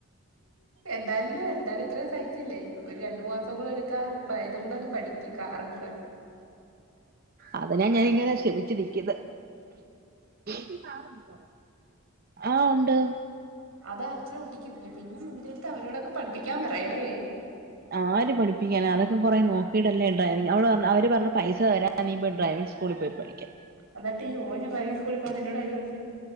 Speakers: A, on the right (about 75°); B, on the right (about 45°).
A: എന്തായാലും എന്തായാലും ഇത്രേ സഹിച്ചില്ലേ ഒരു രണ്ടു മാസം കൂടെ എടു ത്താൽ ബൈ ഇതും കൂടെ അങ്ങ് പഠിക്ക കാറും കൂടെ
B: അതിനാ ഞാനിങ്ങനെ ക്ഷമിച്ചു നിക്ക്ന്നേ ക് കാറുണ്ടോ ആഹ് ഒണ്ട്.
A: അത് അച്ചന് ഓട്ടിക്കത്തില്ലേ. പിന്നെ നിന്റെടുത്ത് അവരോടൊക്കെ പഠിപ്പിക്കാൻ പറയടേ
B: ആര് പഠിപ്പിക്കാനാ അതൊക്കെ കൊറേ നോക്കീയിട്ടല്ലേ ഡ്രൈവിങ് അവള് പറഞ്ഞ് അവര് പറഞ്ഞ് പൈസ തരാ അന്നിപ്പ ഡ്രൈവിംഗ് സ്കൂളി പോയി പഠിക്കാം
A: അന്ന്ട്ടീ ഓന ഡ്രൈവിങ് സ്കൂളി പോവാ നിന്നോടാര് പറഞ്ഞു